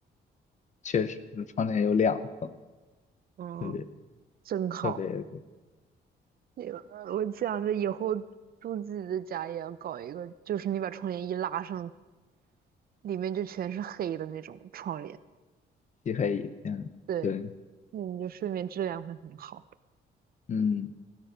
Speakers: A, on the left; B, on the right.
A: 确实，窗帘有两个，
B: 嗯，
A: 特别
B: 真好。
A: 特别
B: 那个，我想着以后住自己的家也要搞一个，就是你把窗帘一拉上，里面就全是黑的那种窗帘。
A: 漆黑一片。
B: 对，
A: 对，
B: 那你就睡眠质量会很好。
A: 嗯。